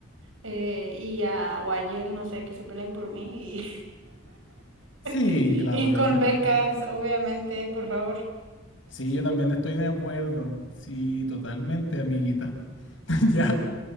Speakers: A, on the right (about 75°); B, on the left (about 70°).
A: eh, y a, o a Yale, no sé, que se peleen por mí. Y,
B: Sí,
A: <laughs>
B: Claudio,
A: y con
B: tranquilo.
A: becas, obviamente, por favor.
B: Sí, yo también estoy de acuerdo. Sí, totalmente, amiguita. <laughs> Ya,